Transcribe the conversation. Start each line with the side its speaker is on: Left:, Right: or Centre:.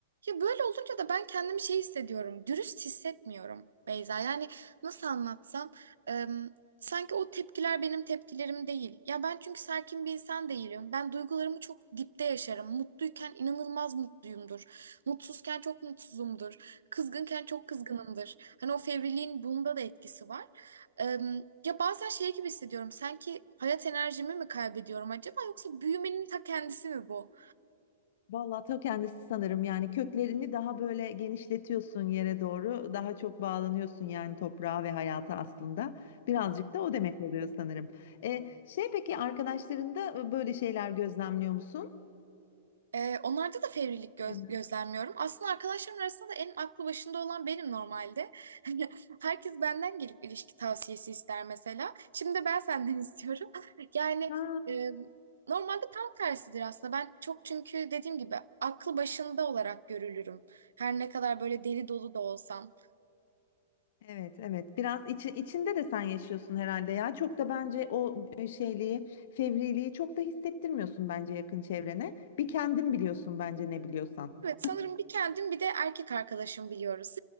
Right: Ya böyle olunca da ben kendimi şey hissediyorum. Dürüst hissetmiyorum Beyza. Yani nasıl anlatsam em, sanki o tepkiler benim tepkilerim değil. Ya ben çünkü sakin bir insan değilim. Ben duygularımı çok dipte yaşarım. Mutluyken inanılmaz mutluyumdur. Mutsuzken çok mutsuzumdur. Kızgınken çok kızgınımdır. Hani o fevriliğin bunda da etkisi var. Em, ya bazen şey gibi hissediyorum. Sanki hayat enerjimi mi kaybediyorum acaba yoksa büyümenin ta kendisi mi bu?
Left: Vallahi ta kendisi sanırım yani köklerini daha böyle genişletiyorsun yere doğru daha çok bağlanıyorsun yani toprağa ve hayata aslında birazcık da o demek oluyor sanırım. E, şey peki arkadaşlarında e, böyle şeyler gözlemliyor musun?
Right: Ee, onlarda da fevrilik göz-
Left: Bilmem.
Right: gözlemliyorum. Aslında arkadaşlarım arasında da en aklı başında olan benim normalde. <laughs> Herkes benden gelip ilişki tavsiyesi ister mesela. Şimdi de ben senden <laughs> istiyorum. Yani
Left: Ha,
Right: e, normalde tam tersidir aslında. Ben çok çünkü dediğim gibi aklı başında olarak görülürüm. Her ne kadar böyle deli dolu da olsam.
Left: evet evet biraz içi, içinde de sen yaşıyorsun herhalde ya çok da bence o e, şeyliği fevriliği çok da hissettirmiyorsun bence yakın çevrene bir kendin biliyorsun bence ne biliyorsan.
Right: Evet sanırım bir kendim bir de erkek arkadaşım biliyoruz.